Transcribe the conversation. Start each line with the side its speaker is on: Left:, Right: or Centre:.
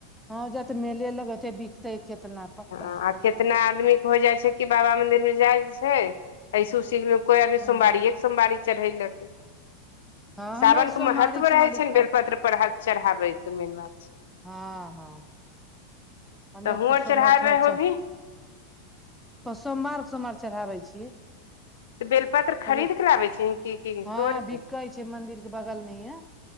Centre: ह जत मेले लग बिकतै केतना पत्ता
Left: हैं आ कितना आदमी के होइ जाइ छै कि बाबा मंदिर मे जाइ छै ऐस उसी मे कोइ आदमी
Centre: हूँ
Left: सोमवारिए कऽ सोमवारी चढ़ैलक
Centre: हँ हमे
Left: सावन
Centre: सोमवारी
Left: कऽ महत्व
Centre: सोमवारी
Left: रहै छैन
Centre: खाय
Left: बेल पत्र चढ़ाबैक मेन बात छै
Centre: ह ह हम
Left: तऽ
Centre: और
Left: हुँ
Centre: त
Left: आर
Centre: सोमवार
Left: चढ़ाबै
Centre: के सोमवार
Left: होबही
Centre: छैर सोमबार-सोमबार चढ़ाबै छिय
Left: तऽ बेलपत्र खरीद
Centre: रो
Left: के लाबै छी की की तोड़
Centre: ह
Left: कऽ
Centre: बिकै छै मन्दिर के बगल मे या